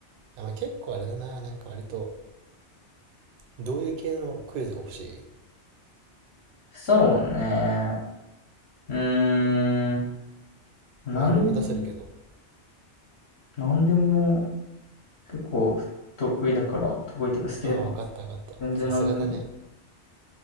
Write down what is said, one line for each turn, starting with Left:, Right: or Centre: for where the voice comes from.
Right: あ、まあ、結構あれだな。なんか割と、どういう系のクイズが欲しい
Left: そうね。うーん。なんでも、
Right: まあ、いろいろ出せるけど、
Left: なんでも結構得意だから、得意っていうか好きだから。
Right: ああ、わかったわかった。
Left: 全然何でもいい。
Right: さすがだね。